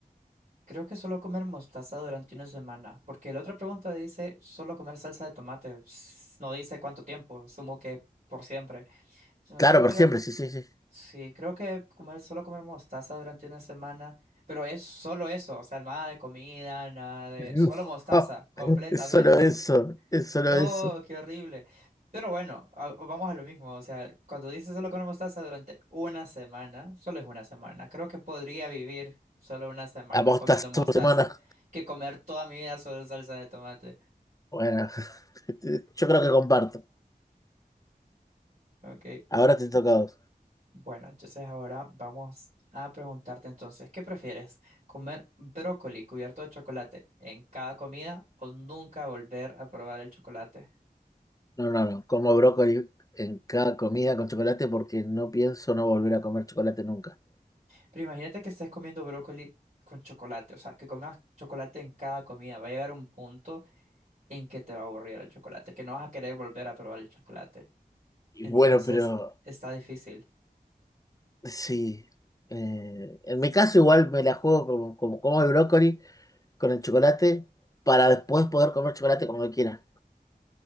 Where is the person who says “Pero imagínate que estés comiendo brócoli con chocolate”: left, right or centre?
Right